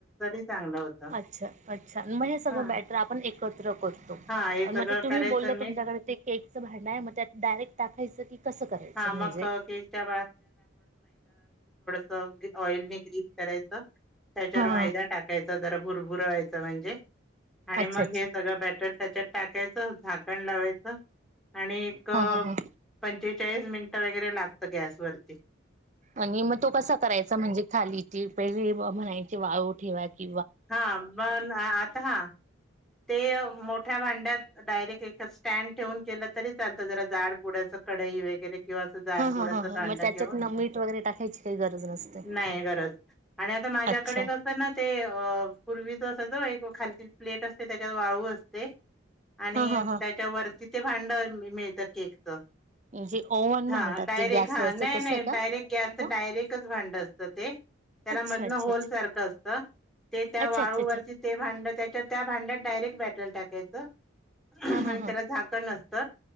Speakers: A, in the centre; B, on the right (about 35°).
A: चांगलं होतं
B: अच्छा अच्छा मग हे सगळं
A: हा
B: बॅटर आपण एकत्र करतो,
A: हा हे सगळं
B: मग ते तुम्ही
A: करायचं
B: बोलले
A: मिक्स
B: तुमच्याकडे ते केकचं भांड आहे, मग त्यात डायरेक्ट टाकायचं की, कसं करायचं
A: हा मग
B: म्हणजे.
A: केकच्या ह ऑइल ने ग्रीप करायच त्याच्यावर
B: हा
A: मैदा टाकायचं जरा. बुरबुरवायचं म्हणजे. आणि
B: अच्छा
A: मग
B: अच्छा
A: हे सगळं बॅटर. त्याच्यात टाकायचं झाकण लावायचं. आणि एक पन
B: हा हा हा
A: पंचेचाळीस मिनिटं वगैरे लागतं गॅस वरती.
B: आणि म तो कसा. करायचा म्हणजे खाली ती पहिले म्हणायचे वाळू ठेवाची.
A: हा पण आता हा. ते मोठ्या भांड्यात डायरेक्ट एक स्टँड ठेवून केलं तरी चालतं जरा जाडबुडाच कढई वगैरे. किंवा अस जाड
B: हा
A: बुडाचं
B: हा हा हा
A: भांड
B: मग त्याच्यात
A: घेऊन
B: न मीठ वगैरे टाकायची काही गरज नसते.
A: नाही गरज आणि आता माझ्याकडे
B: अच्छा.
A: कस ना ते अ पूर्वीच अस हो एक खालती प्लेट अस ते त्याच्यात वाळू असते. आणि
B: हा हा हा
A: त्याच्यावरती ते. भांड मिळतं केक च.
B: म्हणजे ओव्हन
A: हा
B: म्हणतात
A: डायरेक्ट
B: ते गॅसवरच
A: हा नाही
B: तसं
A: नाही
B: का?
A: डायरेक्ट गॅसच
B: मग
A: डायरेक्टच भांड असत, ते त्याला
B: अच्छा
A: मधन
B: अच्छा
A: होल
B: अच्छा
A: सारख असत ते त्या
B: अच्छा
A: वाळूवरती
B: अच्छा अच्छा.
A: ते भांड त्याच्या त्या डायरेक्ट बॅटर टाकायचं. आणि
B: हा हा हा
A: त्याला झाकण असत. त.